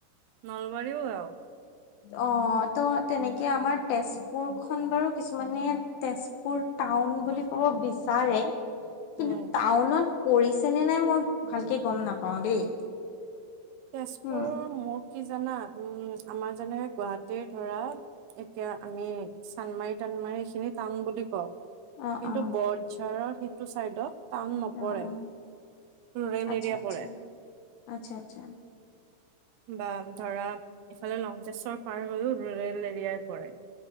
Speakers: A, on the right; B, on the left.
A: নলবাৰীও গাও।
B: অ' ত তেনেকে আমাৰ তেজপুৰ খন বাৰু কিছুমানে তেজপুৰ টাউন বুলি ক'ব বিচাৰে কিন্তু
A: উম,
B: টাউনত পৰিছেনে নাই মই ভালকে গম নাপাও দেই।
A: তেজপুৰৰ
B: উম
A: মোৰ কি জানা উম আমাৰ যেনে গুৱাহাটীৰ ধৰা এতিয়া আমি চানমাৰি টানমাৰি এইখিনি টান বুলি কওঁ
B: অ
A: কিন্তু
B: অ
A: বৰঝাৰৰ সিটো চাইডত টাউন নপৰে
B: অ অ
A: ৰুৰেল
B: আচ্ছা
A: এৰিয়া
B: আচ্ছা
A: পৰে।
B: আচ্ছা আচ্ছা।
A: বা ধৰা ইফালে লংজেষ্টৰ পাৰ হৈও ৰুৰেল এৰিয়াই পৰাই।